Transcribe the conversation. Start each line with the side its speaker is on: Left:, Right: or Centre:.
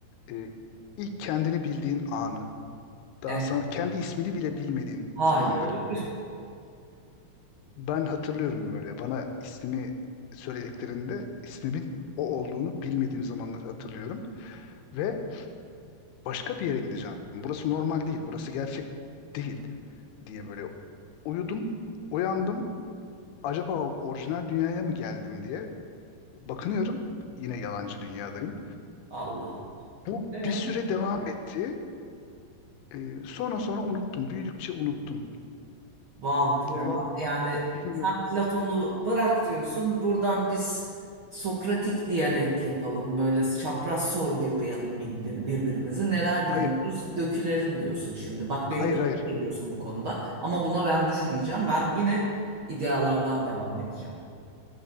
Left: E, ilk kendini bildiğin anı. Daha
Right: E,
Left: sana, kendi ismini bile bilmediğin
Right: hayır.
Left: zamanları. Ben hatırlıyorum böyle. Bana ismimi söylediklerinde ismimin o olduğunu bilmediğim zamanları hatırlıyorum. Ve başka bir yere gideceğim. Burası normal değil, burası gerçek değil diye böyle uyudum, uyandım. Acaba orijinal dünyaya mı geldim diye bakınıyorum. Yine yalancı dünyadayım.
Right: Allah Allah.
Left: Bu
Right: E?
Left: bir süre devam etti. Ee, sonra sonra unuttum. Büyüdükçe unuttum.
Right: Vav burada
Left: Yani
Right: yani
Left: bilmiyorum.
Right: sen Platon'u bırak diyorsun. Buradan biz Sokratik diyalekt yapalım. Böyle çapraz sorgulayalım bir- birbirimizi. Neler biliyoruz
Left: Hayır,
Right: dökülelim diyorsun şimdi. Bak
Left: hayır,
Right: beni takip
Left: hayır.
Right: ediyorsun bu konuda. Ama buna ben düşmeyeceğim. Ben yine idealardan devam edeceğim.